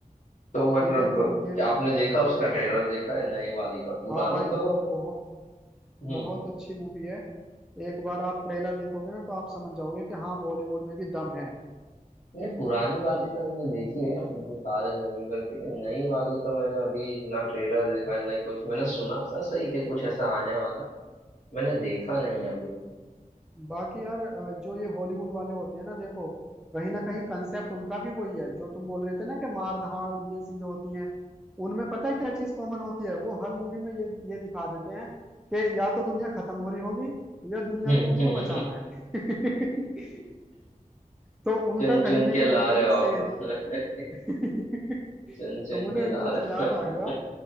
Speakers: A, on the left; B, in the centre.
A: तो मतलब
B: ठीक है तो ये
A: आपने देखा उसका ट्रेलर देखा है नई वाली का पुरानी
B: हाँ भाई
A: तो
B: बहुत बहुत
A: हम्म
B: बहुत अच्छी मूवी है एक बार आप ट्रेलर देखोगे ना तो आप समझ जाओगे कि हाँ बॉलीवुड में भी दम है
A: नहीं पुरानी वाली तो मैंने देखी है जो तारे जमीन पर थी नई वाली तो मैंने अभी ना ट्रेलर देखा है ना कुछ मैंने सुना था सही कि कुछ ऐसा आने वाला है मैंने देखा नहीं है अभी तक
B: बाकी यार अ, जो ये हॉलीवुड वाले होते हैं ना देखो कहीं ना कहीं कंसेप्ट उनका भी वही है जो तुम बोल रहे थे ना कि मार धाड़ ये चीजें होती हैं उनमें पता है क्या चीज कॉमन होती है वो हर मूवी में ये ये दिखा देते हैं कि या तो दुनिया खत्म हो रही होगी या दुनिया
A: <laughs> हम्म
B: को उनको बचाना है <laughs> तो उनका
A: चुन चुन
B: कहीं ना
A: के
B: कहीं
A: ला
B: उनका
A: रहे हो
B: भी
A: आप
B: सेम
A: <laughs>
B: <laughs>
A: चुन चुन
B: तो मुझे
A: के
B: एकदम
A: ला
B: से
A: रहे
B: याद
A: हो
B: आ गया